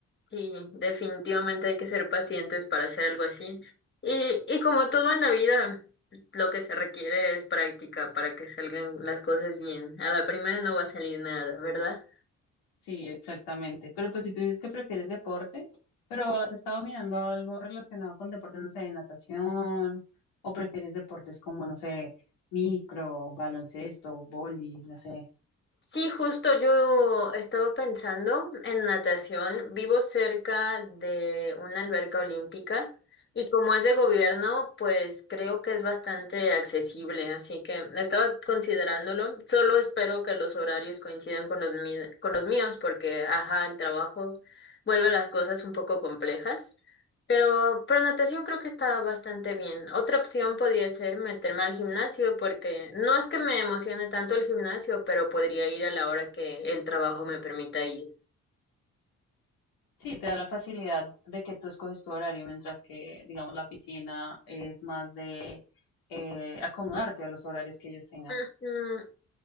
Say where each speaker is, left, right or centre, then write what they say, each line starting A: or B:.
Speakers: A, on the left; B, on the left.
A: sí, definitivamente hay que ser pacientes para hacer algo así. Y, y como todo en la vida, lo que se requiere es práctica para que salgan las cosas bien. A la primera no va a salir nada, ¿verdad?
B: Sí, exactamente. Pero pues si tú dices que prefieres deportes, pero has estado mirando algo relacionado con deportes, no sé, de natación, o prefieres deportes como, no sé, micro, baloncesto, boli, no sé.
A: Sí, justo yo estaba pensando en natación. Vivo cerca de una alberca olímpica y como es de gobierno, pues creo que es bastante accesible, así que estaba considerándolo. Solo espero que los horarios coincidan con los mi- con los míos porque, ajá, el trabajo vuelve las cosas un poco complejas. Pero, pero natación creo que está bastante bien. Otra opción podría ser meterme al gimnasio porque no es que me emocione tanto el gimnasio, pero podría ir a la hora que el trabajo me permita ir.
B: Sí, te da la facilidad de que tú escoges tu horario, mientras que, digamos, la piscina es más de eh, acomodarte a los horarios que ellos tengan.
A: Ujú,